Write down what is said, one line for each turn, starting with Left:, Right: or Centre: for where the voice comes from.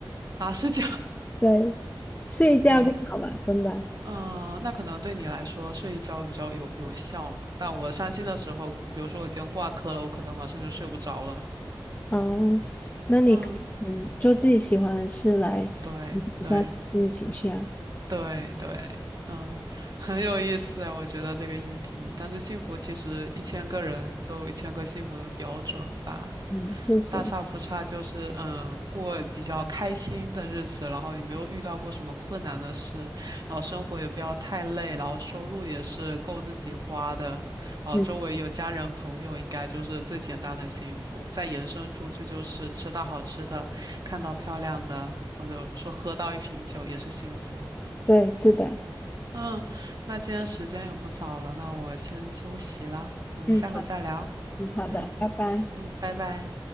Right: 啊，是这样，
Left: <laughs> 对，睡一觉就好了，
Right: <laughs> 嗯。
Left: 真的。
Right: 嗯，那可能对你来说睡一觉比较有有效嘛。但我伤心的时候，比如说我今天挂科了，我可能晚上就睡不着了。
Left: 哦，那你可以嗯做自己喜欢的事来缓解一下自己的情绪啊。
Right: 嗯，对对，对对，嗯，很有意思啊，我觉得这个议题。但是幸福其实一千个人都有一千个幸福的标准吧，
Left: 嗯，确实，
Right: 大差不差，就是嗯，过比较开心的日子，然后也没有遇到过什么困难的事，然后生活也不要太累，然后收入也是够自己花的，然后周围有家人朋友，
Left: 嗯，
Right: 应该就是最简单的幸福。再延伸出去就是吃到好吃的，看到漂亮的，或者说喝到一瓶酒也是幸福。
Left: 对，是的，
Right: 嗯，那今天时间也不早了，那我先休息了，我们下回再聊。
Left: 嗯，好，嗯，好的，
Right: 嗯
Left: 拜拜。
Right: 嗯，拜拜。